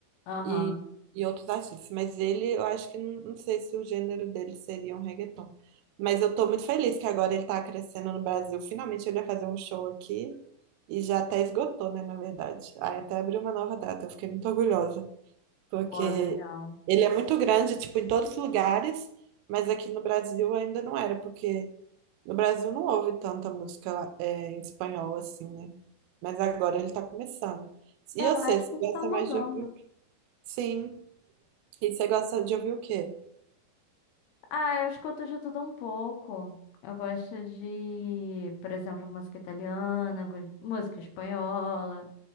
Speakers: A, on the left; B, on the right.
A: Aham.
B: e, e outros artistas. Mas ele, eu acho que não, não sei se o gênero dele seria um reggaeton. Mas eu tô muito feliz que agora ele tá crescendo no Brasil. Finalmente ele vai fazer um show aqui e já até esgotou, né, na verdade. Aí até abriu uma nova data, eu fiquei muito orgulhosa, porque
A: Pô, legal.
B: ele é muito grande, tipo, em todos os lugares, mas aqui no Brasil ainda não era, porque no Brasil não houve tanta música é, em espanhol assim, né? Mas agora ele tá começando. E
A: Eu
B: eu
A: acho
B: sei, se
A: que isso
B: gosta
A: tá mudando.
B: mais de ouvir, sim. E você gosta de ouvir o quê?
A: Ah, eu escuto de tudo um pouco. Eu gosto de, por exemplo, música italiana, go- música espanhola,